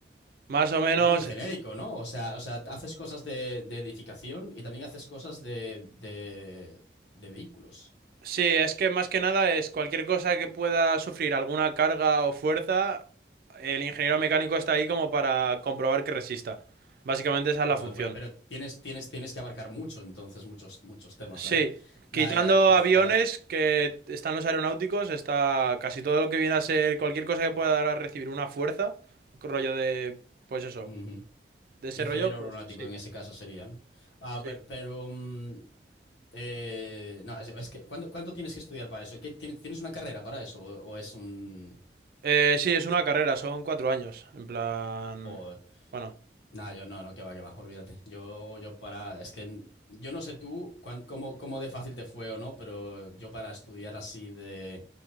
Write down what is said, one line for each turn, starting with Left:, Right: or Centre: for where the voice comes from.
Right: Más o menos,
Left: Pero es muy genérico, ¿no? O sea, o sea, haces cosas de, de edificación y también haces cosas de, de, de vehículos.
Right: sí, es que más que nada es cualquier cosa que pueda sufrir alguna carga o fuerza, el ingeniero mecánico está ahí como para comprobar que resista. Básicamente esa es
Left: Joder,
Right: la función.
Left: pues, pero tienes, tienes, tienes que abarcar mucho, entonces, muchos, muchos temas
Right: Sí,
Left: ahí.
Right: quitando
Left: Nah, eh, uf,
Right: aviones
Left: para.
Right: que están los aeronáuticos, está casi todo lo que viene a ser cualquier cosa que pueda dar a recibir una fuerza, rollo de, pues eso,
Left: Ujú.
Right: de ese
Left: Ingeniero
Right: rollo, pues
Left: aeronáutico
Right: sí,
Left: en ese caso sería, ¿no? Ah,
Right: sí.
Left: pero, pero, mm, eh, no, es, es que ¿cuánto, cuánto tienes que estudiar para eso? ¿Qué, tienes, tienes una carrera para eso? ¿O, o es un...
Right: Eh, sí, es una carrera, son cuatro años, en plan,
Left: Joder.
Right: bueno,
Left: No, yo no, no, que va, que va, olvídate. Yo, yo para, es que n- yo no sé tú cuán- cómo, cómo de fácil te fue o no, pero yo para estudiar así de,